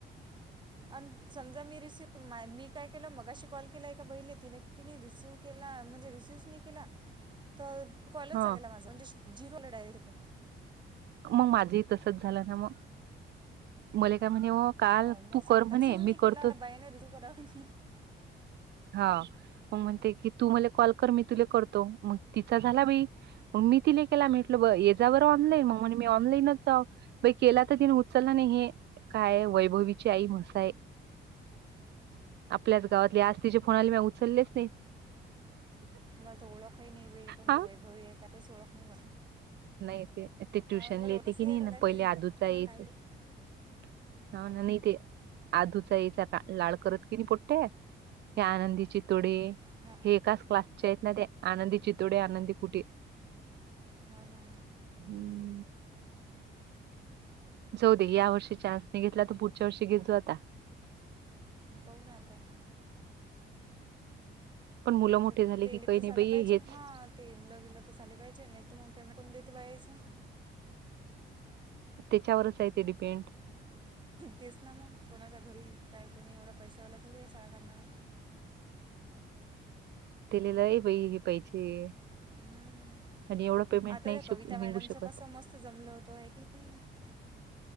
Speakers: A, on the right (about 25°); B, on the right (about 60°).
A: आणि समजा मी रिसीव मा मी काय केलं मगाशी कॉल केलाय का बहिले तिने की रिसीव केला म्हणजे रिसीव नाही केला तर कॉलच
B: हा
A: चागेला माझं म्हणजे झिरोला डायरेटून
B: मग माझी तसच झालं ना मग मला काय म्हणे काल
A: हो मग
B: तू
A: सातार
B: कर म्हणे
A: शिव नाही
B: मी
A: केला
B: करतो
A: बाई न रिसिव्ह करावा ना
B: हा मग म्हणते की तू मला कॉल कर मी तुला करतो मग तिचा झाला बाई मग मी ति केयला म्हटलं ब या जा बं ऑनलाई मग मी ऑनलाईनच जा केला तर तिने उचलला नाही काय वैभवीची आई म्हसाय आपल्याच गावातली आज तिच्या फोनाली म उचललेच नाही
A: म मला तो ओळखही नाही वेळी कोणती
B: हा
A: वैभवी आहे का काहीच ओळख नाही
B: नाही ते ते
A: हा
B: ट्युशन
A: मला
B: ल येते
A: ओळखच
B: की
A: आहे
B: नाही
A: मला
B: ना
A: हे
B: पहिले
A: म्हणून
B: आदूचा एच
A: काही
B: हा
A: हां
B: न नाही ते आधूचा याचा लाळ करत कि नाही पोट्ट्या हे आनंदीचे तोडे
A: हां
B: हेकाच क्लासचे आहेत ना ते आनंदी चितोडे आनंदी कुठे
A: ह ना
B: हम्म जाऊ दे या वर्षी चा्स नाही घेतला तर पुढच्या वर्षी घेत जाो आता
A: पाउ ना आता
B: पण मुलं
A: आता
B: मोठे झाले
A: ते
B: की काही
A: तर
B: नाही
A: झालं
B: बाई
A: पाहिजे
B: हेच
A: हा तेलं गेलं तर झाले पाहिजे नाही तर मग पेमेंट करून देते बायचं
B: त्याच्यावरच आहे ते डिपेंड
A: तेच ना मग कोणाच्या घरी काय कोणी एवढा पैशावाला थोड आहे शाळा करणारना
B: तलेला आहे बाई हे पाहिजे
A: हम्म.
B: आणि एवढं पेमेंट
A: आता
B: नाही
A: त्या
B: शिक
A: कविता मॅडमच
B: निघू शकत.
A: कस मस्त जमल होतं आहे की नाही